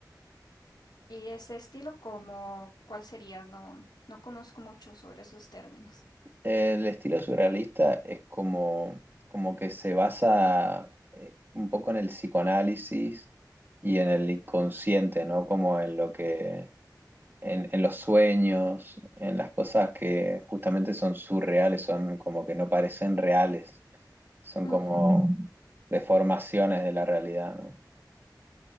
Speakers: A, on the left; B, on the right.
A: Y ese estilo como, ¿cuál sería? No, no conozco mucho sobre esos términos.
B: El estilo surrealista es como, como que se basa eh, un poco en el psicoanálisis y en el inconsciente, ¿no? Como en lo que, en, en los sueños, en las cosas que justamente son surreales, son como que no parecen reales, son
A: Ujú,
B: como Mm. deformaciones de la realidad, ¿no?